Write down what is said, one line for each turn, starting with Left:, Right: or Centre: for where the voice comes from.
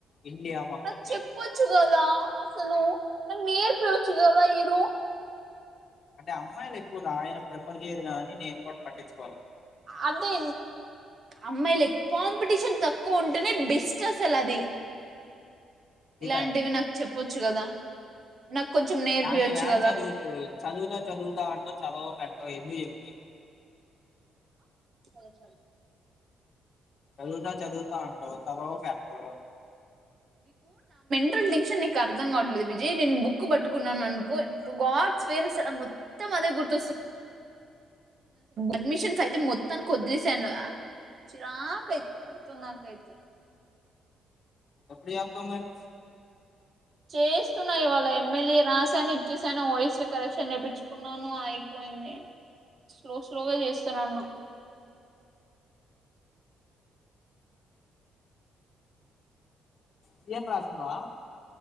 Left: ఇండియా మొత్తం
Right: నాకు
Left: మీద
Right: చెప్పొచ్చు కదా అసలు మరి నేర్పియచు కదా ఇరు
Left: అంటే అమ్మాయిలు ఎక్కువ రాయ ప్రిఫర్ చేయరు కదనేను కూడా పట్టించుకోను
Right: అదే అమ్మాయిలు కాంపిటీషన్ తక్కువ ఉంటేనే బెస్ట్ అసలు అది
Left: అది
Right: ఇలాంటివి నాకు చెప్పొచ్చు కదా నాకు కొంచెం నేర్పియొచ్చు
Left: ఎ ఎడ్
Right: కదా
Left: చదువుతు చదువుతా చదువుతా అంట చదవ పెట్ట ఎందు చెకు నీకు
Right: సర సర
Left: చదువుతా చదువుతా అంటావు చదవరూ పెట్టావు
Right: ఇ టెన్క్షన్ నీకు అర్థం కావట్లేదు విజయ్ నేను బుక్ పట్టుకున్నాను అనుకో ఇప్పుడు గాడ్స్ వేర మొత్తం అదే గుర్తొస్తుంది అడ్మిషన్ యితే మొత్తానికి వద్లి సను చిరాకై నాకైతే
Left: ఎప్పుడు చేస్తావు మరి
Right: చేస్తున్నాయి ఇవాళ ఎమ్మెల్యే రాశాను ఇచ్చేసాను ఓఎస్పీ కరెక్షన్ చేయిించుకున్నాను అయిపోయింది స్లో స్లోగా చేస్తున్నాను
Left: సియన్ రాస్తున్నావా